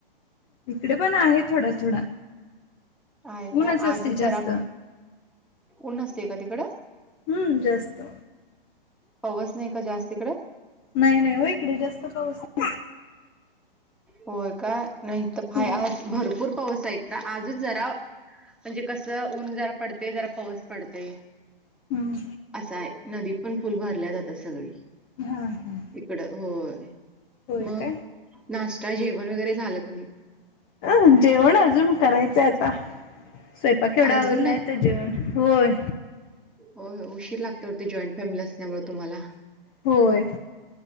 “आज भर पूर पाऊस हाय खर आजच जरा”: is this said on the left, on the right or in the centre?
Centre